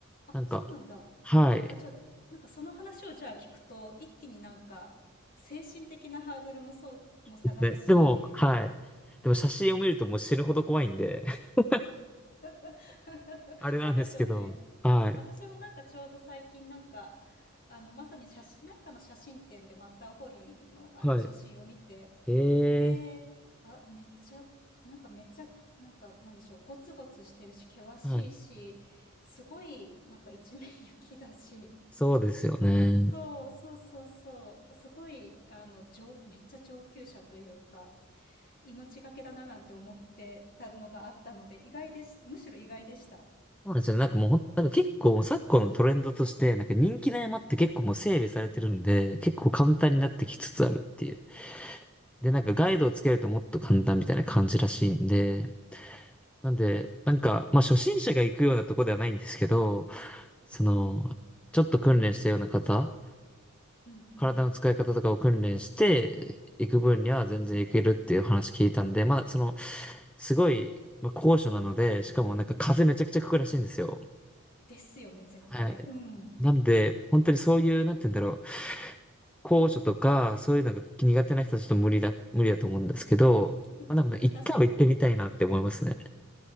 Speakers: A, on the left; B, in the centre.
A: あ、
B: なんか、
A: そうなんだ。
B: はい。
A: あ、じゃあ、なんかその話をじゃあ聞くと、一気になんか精神的なハードルもそう、も下がるし、
B: ですね。でも、はい。でも写真を見るともう死ぬほど怖いんで、<laughs>
A: <laughs>
B: あれなんですけど、
A: そうですよね。
B: はい。
A: 私もなんかちょうど最近なんか、あの、まさに写真、なんかの写真展でマッターホルンのあの写真を見て、
B: はい。
A: で、
B: ええ
A: あ、めっちゃ、なんかめっちゃ、なんか、なんでしょう、ゴツゴツしてるし、険しいし、
B: はい。
A: すごい、なんか一面雪だし、
B: そうですよね。
A: そう、そうそうそう。すごい、あの、上、めっちゃ上級者というか、命がけだななんて思ってたのがあったので、意外でし、むしろ意外でした。
B: そうなんですよね。なんかもうほん、なんか結構昨今のトレンドとして、なんか人気の山って結構もう整備されてるんで、結構簡単になってきつつあるっていう。で、なんかガイドをつけるともっと簡単みたいな感じらしいんで、なんで、なんか、まあ初心者が行くようなとこではないんですけど、その、ちょっと訓練したような方
A: うんうん。
B: 体の使い方とかを訓練していく分には全然いけるっていう話聞いたんで、まあ、その、すごい、まあ、高所なので、しかもなんか風めちゃくちゃ吹くらしいんですよ。
A: ですよね、絶対。
B: はい。
A: うん。
B: なんで、本当にそういう、なんて言うんだろう。高所とか、そういうのが苦手な人はちょっと無理だ、無理だと思うんですけど、
A: <laughs>
B: まあ、なんか一回は行ってみたいなって思いますね。
A: 確かに。